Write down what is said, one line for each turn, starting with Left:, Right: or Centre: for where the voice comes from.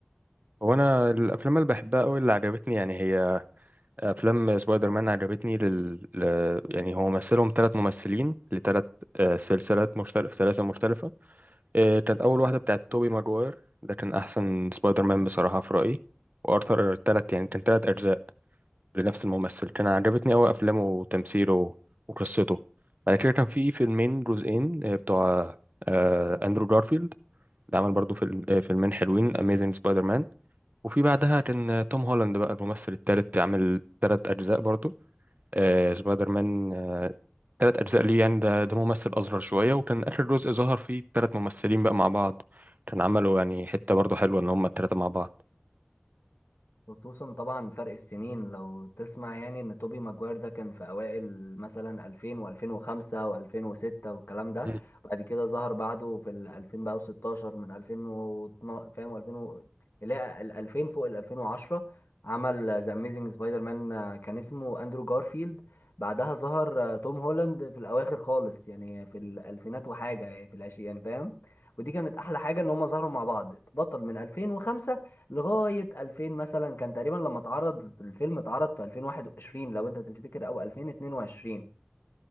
Right: هو انا الافلام اللي بحبها قوي اللي عجبتني يعني هي افلام سبايدر مان عجبتني لل... ل... يعني هو مثلهم ثلاث ممثلين لثلاث سلسلات مختلف سلاسل مختلفة آه، كانت أول واحدة بتاعت توبي ماجواير ده كان أحسن سبايدر مان بصراحة في رأيي وأرثر تلات يعني كان تلات أجزاء لنفس الممثل كان عجبتني أوي أفلامه وتمثيله وقصته بعد كده كان في فيلمين جزئين آه، بتوع آه، أندرو جارفيلد ده عمل برضه فيلم آه، فيلمين حلوين أميزنج سبايدر مان وفي بعدها كان آه، توم هولاند بقى الممثل التالت عامل تلات أجزاء برضه آه، سبايدر مان آه، تلات أجزاء ليه يعني ده ده ممثل أصغر شوية وكان آخر جزء ظهر فيه تلات ممثلين بقى مع بعض كان عملوا يعني حتة برضه حلوة إن هما التلاتة مع بعض
Left: خصوصا طبعا فرق السنين لو تسمع يعني ان توبي ماجواير ده كان في اوائل مثلا 2000 و2005 و2006 والكلام ده
Right: مم.
Left: بعد كده ظهر بعده في ال 2000 بقى و16 من 2012 فاهم 2000 و... لا ال 2000 فوق ال 2010 عمل ذا اميزنج سبايدر مان آه، كان اسمه اندرو جارفيلد بعدها ظهر آه، توم هولاند في الاواخر خالص يعني في الالفينات وحاجه يعني في العشرين يعني فاهم ودي كانت احلى حاجه ان هم ظهروا مع بعض بطل من 2005 لغاية 2000 مثلا كان تقريبا لما اتعرض الفيلم اتعرض في 2021 لو انت تفتكر او 2022